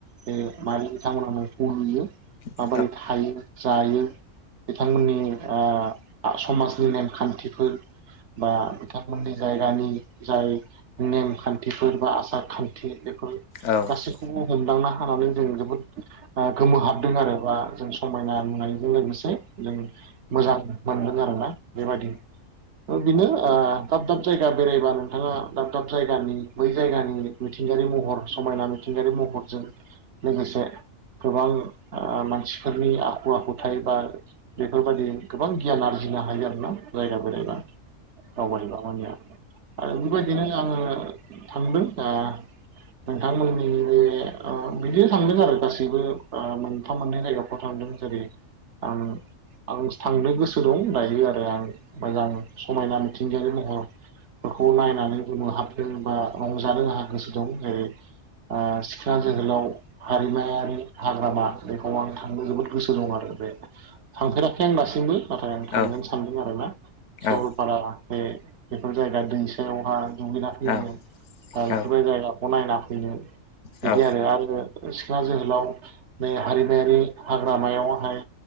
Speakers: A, on the right; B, on the left.
A: बे मारै बिथांमोना न'खौ लुयो माबोरै
B: औ
A: थायो जायो। बिथांमोननि ओ समाजनि नेमखान्थिफोर बा बिथांमोननि जायगानि जाय नेम खान्थिफोर बा आसार खान्थि बेफोर
B: औ
A: गासैखौबो हमदांना हानानै जों जोबोद गोमोहाबदों आरो बा जों समायना नुनायजों लोगोसे जों मोजां मोनदों आरोना बेबायाददि थ' बिनो ओ दाब दाब जायगा बेरायबा नोंथाङा दाब दाब जायगानि बै जायगानि मिथिंगायारि महर समायना मिथिंगायारि महरजों लोगोसे गोबां ओ मानसिफोरनि आखु आखुथाय बा बेफोरबायदि गोबां गियान लानो हा जिनो हायो आरो ना जायगा बेरायबा दावबायबा मानिया आरो बेबायदिनो आंङो थांदों ओ नोंथांमोननि बे ओ बिदिनो थांदों आरो गासैबो मोनफा मोननै नायगाफ्राव थांदो जेरै आं आं थांनो गोसो दं दायो आरो आं मोजां समायना मिथिंगायारि महरफोरखौ नायनानै गोमो हाब दोंबा रंजानो आंहा गोसो दं जेरै ओ सिखोना जोहोलाव हारिमायारि हाग्रामा बेखौ आं थांनो जोबोद गोसो दं आरो। बे थांफेराखै आं दासिमबो नाथाय आं थांगोननो
B: औ
A: सानदों आरोना
B: औ
A: सरलपारा
B: औ
A: बे बेफोर जायगा दैसायावहा दुगैना फैनो
B: औ
A: <unintelligible>
B: औ
A: जायगाखौ नायना फैनो बिदि
B: औ
A: आरो आरो सिखोना जोहो लाव नै हारिमायारि हाग्रामायावहाय